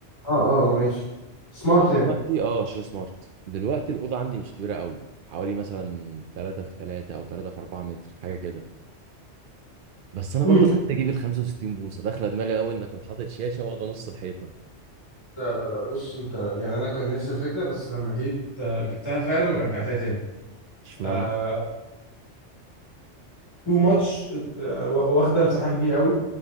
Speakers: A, on the left; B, on the right.
A: اه اه آه، ماشي سمارت
B: دلوقتي اه شير سمارت دلوقتي الاوضه عندي مش كبيره قوي حوالي مثلا 3 في 3 او 3 في 4 متر حاجه كده بس انا
A: يعني
B: برضو عايز اجيب ال 65 بوصه داخله دماغي قوي انك حاطط شاشه واخده نص الحيطه
A: لا لا لا بص انت يعني انا كان نفس الفكره بس لما جيت آه، جبتها فعلا ورجعتها تاني
B: اشمعنى
A: آه، تو ماتش واخده مساحه كبيره قوي